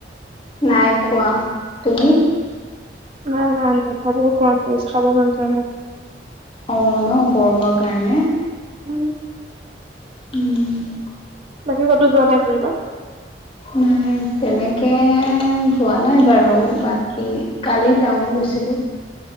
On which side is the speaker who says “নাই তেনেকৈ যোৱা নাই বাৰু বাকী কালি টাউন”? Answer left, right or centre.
Left